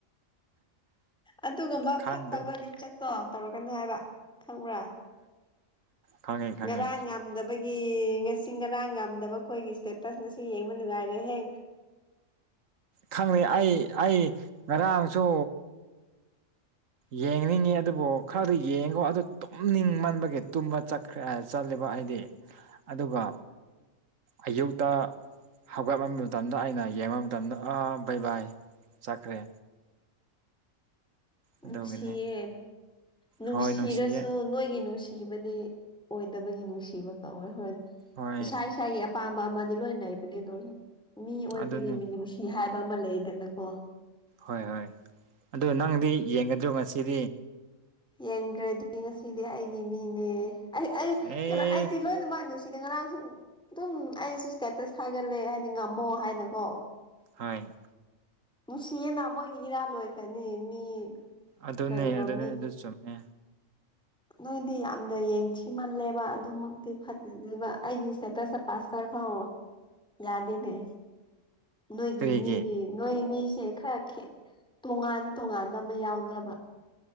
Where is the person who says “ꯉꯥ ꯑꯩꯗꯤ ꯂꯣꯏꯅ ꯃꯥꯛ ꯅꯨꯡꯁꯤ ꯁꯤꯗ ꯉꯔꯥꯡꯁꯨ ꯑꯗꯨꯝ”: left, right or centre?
Centre